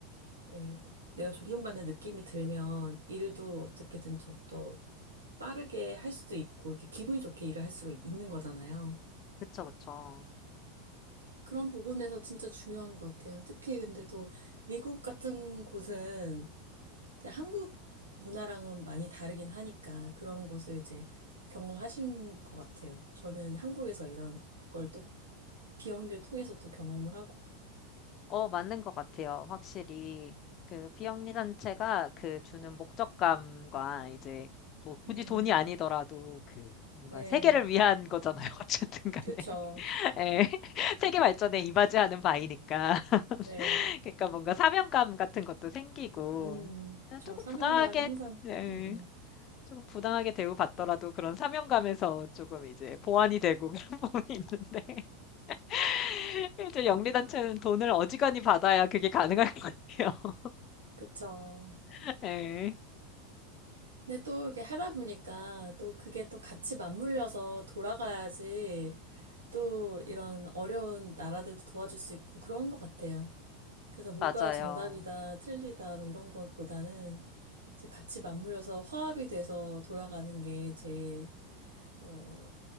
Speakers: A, on the right; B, on the left.
A: 예, 내가 존중받는 느낌이 들면 일도 어떻게든 좀 더 빠르게 할 수도 있고, 이렇게 기분이 좋게 일을 할 수가 있- 있는 거잖아요.
B: 그쵸, 그쵸.
A: 그런 부분에서 진짜 중요한 것 같아요. 특히 근데 또 미국 같은 곳은 이제 한국 문화랑은 많이 다르긴 하니까 그런 것을 이제 경험하신 것 같아요. 저는 한국에서 이런 걸 또 비영리를 통해서 또 경험을 하고.
B: 어, 맞는 것 같아요. 확실히. 그 비영리단체가 그 주는 목적감과 이제 뭐 굳이
A: 음,
B: 돈이 아니더라도 그 뭔가
A: 네,
B: 세계를 위한 거잖아요. <laughs> 어쨌든 간에.
A: 그쵸.
B: 예. <laughs> 세계 발전에 이바지하는 바이니까. <laughs>
A: 네.
B: 그러니까 뭔가 사명감 같은 것도 생기고.
A: 음,
B: 그냥
A: 저
B: 조금
A: 사명감
B: 부당하게,
A: 항상,
B: 예.
A: 음, 음,
B: 조금 부당하게 대우받더라도 그런 사명감에서 조금 이제 보완이 되고 <laughs> 그런 부분이 있는데. <laughs> 이제 영리단체는
A: 음,
B: 돈을 어지간히 받아야 그게 가능할 것 같아요.
A: 그쵸.
B: <laughs> 네,
A: 근데 또 이렇게 하다 보니까 또 그게 또 같이 맞물려서 돌아가야지 또 이런 어려운 나라들도 도와줄 수 있고 그런 것 같아요. 그래서 뭐가
B: 맞아요.
A: 정답이다, 틀리다, 뭐 이런 것보다는 이제 같이 맞물려서 화합이 돼서 돌아가는 게 제일, 어,